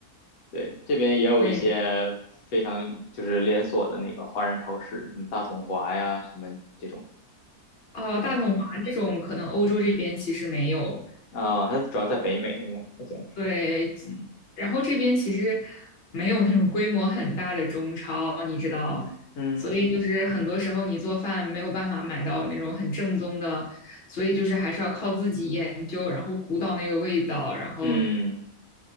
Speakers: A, on the left (about 75°); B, on the left (about 45°).
A: 对，这边也有一些非常就是连锁的那个华人超市，
B: 会
A: 什么大统华呀，什么这种。
B: 哦，
A: 然后就，
B: 大统华那种可能欧洲这边其实没有，
A: 哦，它主要在北美，好像是。
B: 对，
A: 嗯
B: 然后这边其实没有那种规模很大的中超，你知道，
A: 嗯嗯
B: 所以就是很多时候你做饭没有办法买到那种很正宗的，所以就是还是要靠自己研究，然后鼓捣那个味道，然后
A: 嗯，